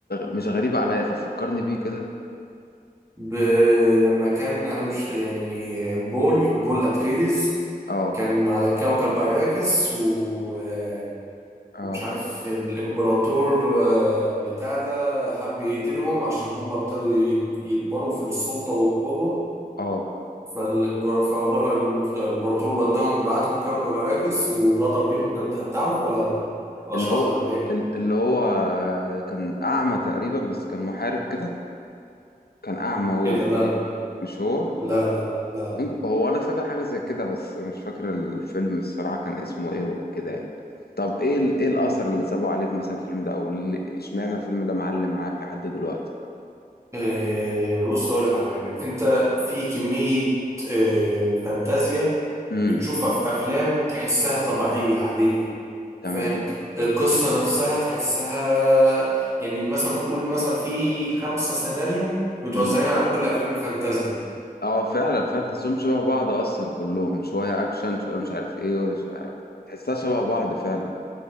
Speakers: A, on the left; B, on the right.
A: مش غريب عليا طب فكرني بيه كده
B: ب... لما كان انا مش يعني بول بول اتريديس
A: آه
B: كان على كوكب أراكس و... آه،
A: آه
B: ومش عارف الامبراطور آه، بتاع ده حب يقتلهم عشان هم ابتدوا يك- يكبروا في السلطة والقوة
A: آه
B: فالإمبرا- فالإمبرا- فالامبراطور وداهم بعتهم كوكب أراكس وغدر بيهم والكلام ده تعرف ولا ولا
A: اللي
B: اشرح
A: هو
B: لك ولا ايه؟
A: ال- اللي هو كان أعمى تقريبا بس كان محارب كده كان أعمى هو
B: ايه ده
A: تقريبا
B: لا
A: مش هو؟
B: لا
A: لا
B: لا لا لا
A: ممكن هو انا فاكر حاجه زي كده بس مش فاكر الفيلم الصراحه كان اسمه ايه وكده يعني طب ايه ال... ايه الاثر اللي سابه عليك مثلا الفيلم ده او اللي- اشمعنى الفيلم ده معلم معاك لحد دلوقتي
B: إيه يعني بص اقول لك على حاجة انت في كمية إيه فانتازيا
A: امم
B: بتشوفها في افلام تحسها طبيعية عادية
A: تمام
B: فاهم القصة نفسها تحسها يعني مثلا نقول مثلا في خمسة سيناريو متوزعين
A: امم
B: على كل أفلام الفانتازيا
A: اه فعلا فعلا تحسهم شبه بعض اصلا كلهم شويه اكشن شويه مش عارف ايه ومش عارف تحسها شبه بعض فعلا